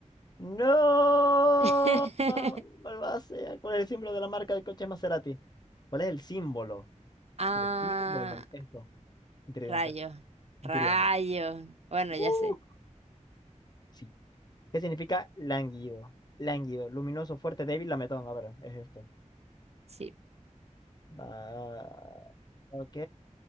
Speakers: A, on the left; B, on the right.
A: ¡No!
B: <laughs> <laughs>
A: Malvasea, con el símbolo de la marca de coches Maserati. ¿Cuál es el símbolo?
B: Ah,
A: El símbolo, esto. Tridente,
B: Rayos, rayos.
A: tridente.
B: Bueno, ya
A: Uh,
B: sé.
A: sí. ¿Qué significa lánguido? Lánguido, luminoso, fuerte, débil, lametón. A ver, es esto.
B: Sí.
A: Va, ok,